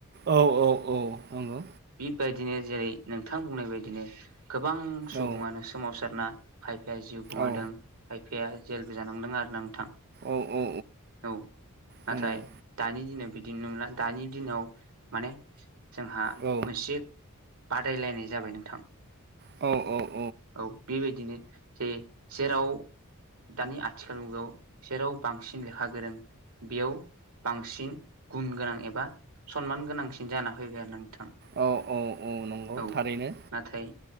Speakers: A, on the right; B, on the right.
A: औ औ औ नंगौ
B: बेबायदिनो जेरै नोंथां बुंनाय बायदिनो गोबां सुबुङानो
A: औ
B: सोमावसारना खायफाया जिउ गोमादों
A: औ
B: खायफाया जेलबो जानांदों आरोना नोंथां
A: औ औ
B: औ नाथाय
A: नंगौ
B: दानि दिनाव बिदिनो नंला दानि दिनाव माने जोंहा
A: औ
B: मोनसे बादायलायनाय जाबाय नोंथां
A: औ औ
B: औ बेबायदिनो जे जेराव दानि आथिखाल मुगायाव जेराव बांसिन लेखा गोरों बेयाव बांसिन गुन गोनां एबा सनमान गोनांसिन जाना फैबाय आरोना नों नोंथां
A: औ औ औ नंगौ
B: औ
A: थारैनो
B: नाथाय